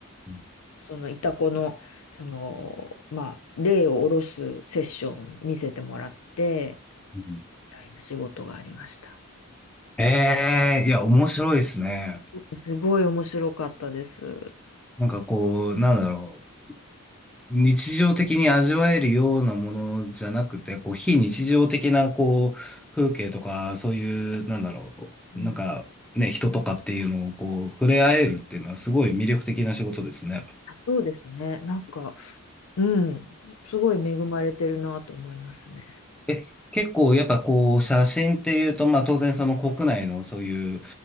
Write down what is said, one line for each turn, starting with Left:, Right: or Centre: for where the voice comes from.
Centre: い。
Left: そのイタコの、その、まあ、霊を下ろすセッション見せてもらって、み
Centre: うん
Left: たいな仕事がありました。
Centre: ええ、いや、面白いですね。
Left: すごい面白かったです。
Centre: なんかこう、なんだろう。日常的に味わえるようなものじゃなくて、こう、非日常的な、こう、風景とか、そういう、なんだろう。
Left: うん、
Centre: なんか、ね、人とかっていうのを、こう、触れ合えるっていうのは、すごい魅力的な仕事ですね。
Left: あ、そうですね。なんか、うん、すごい恵まれてるなと思いますね。
Centre: え、結構やっぱこう写真っていうと、まあ当然その国内のそういう、